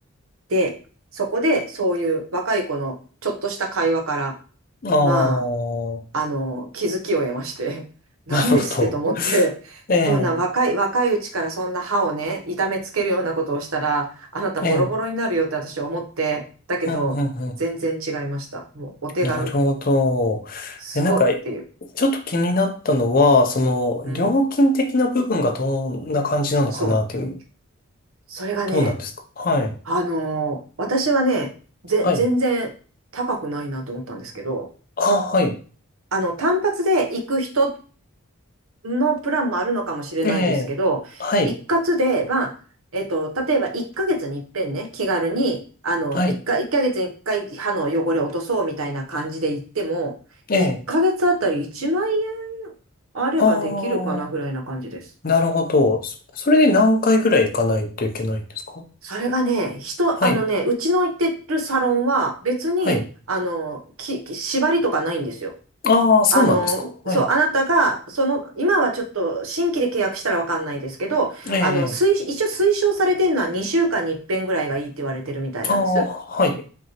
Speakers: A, on the right; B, on the left.
A: で、そこでそういう若い子のちょっとした会話から、
B: ああ、
A: まあ、あの、気づきを得まして、<laughs>
B: <laughs>
A: なんですってと思って、
B: なるほど。ええ
A: そんな若い、若いうちからそんな歯をね、痛めつけるようなことをしたら、あなたボロボロになるよって私思って、
B: ええ
A: だけど、
B: うん、うん、うん。
A: 全然違いました。もうお手軽、
B: なるほど。
A: すごっていう。
B: え、なんか、ちょっと気になったのは、その、
A: うん、
B: 料金的な部分がどんな感じなのかなっていう。
A: そう。それがね、
B: どうなんですか。はい。
A: あのー私はね、ぜ、
B: はい。
A: 全然高くないなと思ったんですけど、
B: あ、はい。
A: あの、単発で行く人のプランもあるのかもしれないですけど、
B: ええ。はい。
A: 一括で、まあ、えっと、例えば1ヶ月に一遍ね、気軽に、あの、
B: はい。
A: 1か、一ヶ月に1回歯の汚れを落とそうみたいな感じで行っても、
B: ええ。
A: 1ヶ月あたり1万円あればできるかなぐらいな感じです。
B: ああ、なるほど。そそれで何回ぐらい行かないといけないんですか
A: それがね、人、
B: はい。
A: あのね、うちの行ってるサロンは別に、
B: はい。
A: あの、き、き縛りとかないんですよ。
B: ああ、そうなんですか。
A: あの、
B: はい。
A: そう、あなたが、その、今はちょっと新規で契約したらわかんないですけど、
B: ええ。
A: あの、推、一応推奨されてるのは2週間に一遍ぐらいがいいって言われてるみたいなんです。
B: ああ、はい。